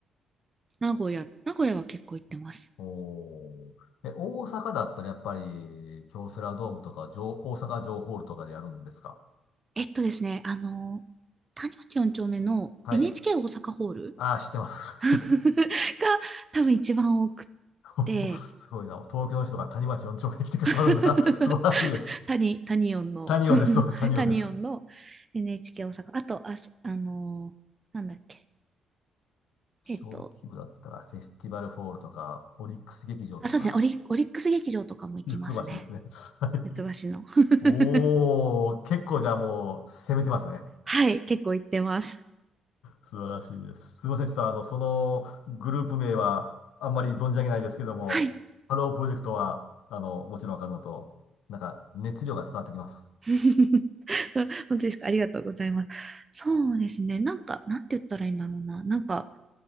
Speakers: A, on the right; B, on the left.
A: 名古屋、名古屋は結構行ってます。
B: おー。え、大阪だったらやっぱり、京セラドームとか、城大阪城ホールとかでやるんですか
A: えっとですね、あの、谷町4丁目の
B: はい。
A: NHK 大阪ホール
B: ああ知ってます。
A: <laughs> が多分一番多くっ
B: <laughs>
A: て、
B: すごいな。東京の人が谷町4丁目に来てくださるんだ。
A: <laughs>
B: <laughs> 素晴らしいです。
A: 谷、谷音の
B: サニオンです。
A: <laughs>
B: そうです。
A: はい谷音の
B: サニオンです。
A: NHK 大阪。あと、あ、そあのーなんだっけ。
B: 小規模だったら、
A: えっと、
B: フェスティバルホールとか、オリックス劇場とかかな。
A: あ、そうですね、オリ、オリックス劇場とかも行きますね。
B: 四つ橋ですね。<laughs> はい。
A: 四つ橋の。<laughs>
B: おー、結構じゃあもう、攻めてますね。
A: はい、結構行ってます。
B: 素晴らしいです。すいません。ちょっとあの、そのグループ名は、あんまり存じ上げないですけども、
A: はい。
B: ハロープロジェクトは、あの、もちろんわかるのと、なんか、熱量が伝わってきます。
A: <laughs> そう本当ですか。ありがとうございます。そうですね。なんか、なんて言ったらいいんだろうな。なんか、